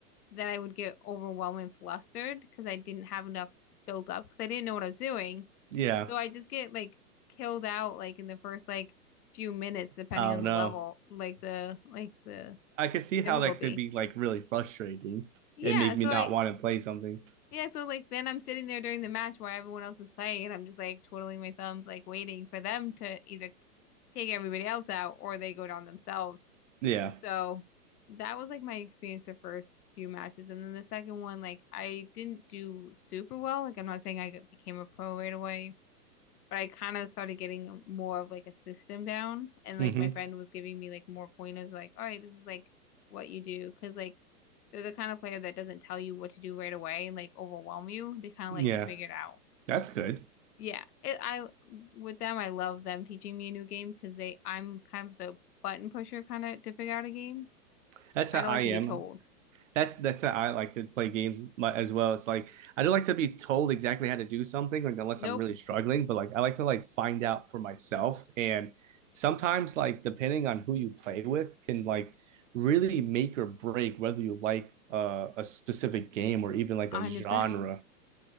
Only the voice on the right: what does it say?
Yeah.
I
don't
know.
I could see how
that could be like really frustrating
and make
me not
want to play something.
Yeah.
hmm
Yeah.
That's good.
That's
how I
am.
That's that's how I like to play games mu- as well. It's like I don't like to be told exactly how to do something, like unless
I'm really struggling, but like I like to like find out for myself. And sometimes like depending on who you play with can like really make or break whether you like uh, a specific game or even like
a genre.